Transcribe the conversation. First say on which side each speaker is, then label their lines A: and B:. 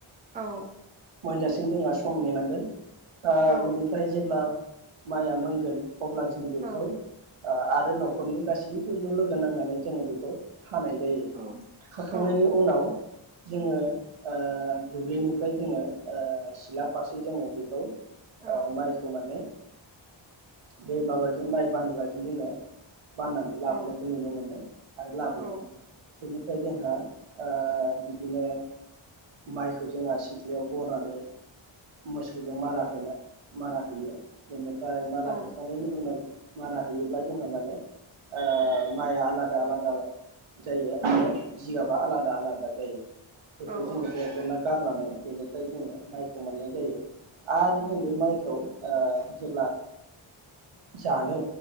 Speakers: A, on the right (about 20°); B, on the right (about 80°).
A: औ।
B: मोनजासिम जोंहा सम नेनांगोन। ओ
A: औ
B: बिनिफ्राय जेब्ला माइया मोनगोन। अब्ला जों बेखौ
A: औ
B: ओ आरो न'खरनि गासैबो ज' लोगो नांनानै जोङो बेखौ हानाय जायो
A: औ
B: हाखांनायनि
A: औ
B: उनाव जोङो ओ ओ दुब्लिनिफ्राय जोङो ओ सिला फारसे जोङो बेखौ ओ
A: औ
B: माइखौ माने बे माबाजों माइ बानग्राजों जोङो बाननानै लाबोनायखौ
A: औ
B: नुनो मोनो आरो लाबोयो।
A: औ औ
B: बेनिफ्राय जोंहा ओ बिदिनो माइखौ जोंहा सिथ्लायाव बनानै मोसौजों मारा होनो मारा होयो बेनि- -फ्राय मारा
A: औ
B: होखांनायनि उनाव मारा होयोब्ला जोंहा माने ओ माइआ आलादा आलादा जायो आरो जिगाबा आलादा आलादा जायो
A: औ
B: बेखौ जोङो एरगना गारनानै बेनि- -फ्राय जोङो माइखौ मोननाय जायो आरो जों बे माइखौ ओ जेब्ला जानो